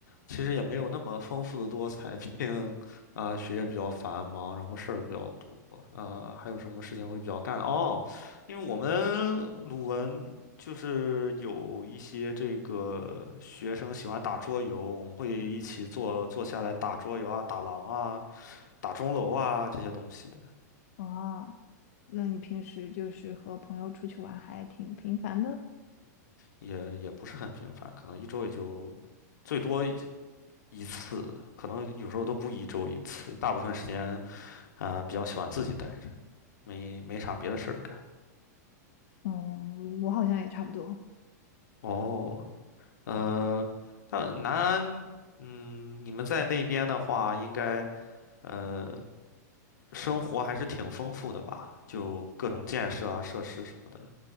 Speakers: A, on the left (about 80°); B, on the left (about 55°).
A: 其实也没有那么丰富的多彩，毕竟，啊、学业比较繁忙，然后事儿比较多，啊、还有什么事情会比较干哦？因为我们鲁文就是有一些这个学生喜欢打桌游，我们会一起坐坐下来打桌游啊、打狼啊、打钟楼啊这些东西的，
B: 啊？那你平时就是和朋友出去玩还挺频繁的？
A: 也也不是很频繁，可能一周也就最多一一次，可能有时候都不一周一次，大部分时间啊、比较喜欢自己待。着。没没啥别的事儿干。
B: 嗯，我好像也差不多，
A: 哦，呃，那南安，嗯，你们在那边的话，应该呃，生活还是挺丰富的吧？就各种建设啊、设施什么的，